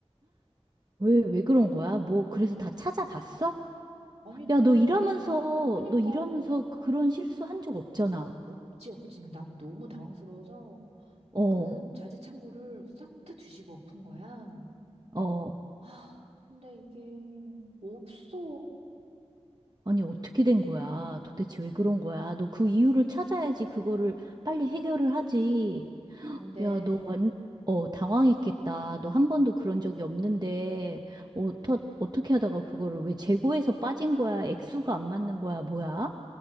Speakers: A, on the right; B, on the right.
A: 왜, 왜 그런 거야? 뭐, 그래서 다 찾아봤어?
B: 아니,
A: 야, 너
B: 아무리,
A: 일하면서,
B: 짜- 그니까,
A: 너 일하면서 그런 실수 한 적 없잖아.
B: 없지, 없지. 그러니까 나도 너무 당황스러워서
A: 어,
B: 그
A: 어.
B: 자재창고를 싹 다 뒤집어 엎은 거야.
A: 어,
B: 아, 근데 이게 없어.
A: 아니, 어떻게 된 거야? 도대체 왜 그런 거야? 너 그 이유를 찾아야지 그거를 빨리 해결을 하지.
B: 근데
A: 야, 너 완, 어, 당황했겠다. 너 한 번도 그런 적이 없는데, 어떠, 어떻게 하다가 그거를 왜 재고에서 빠진 거야? 액수가 안 맞는 거야? 뭐야?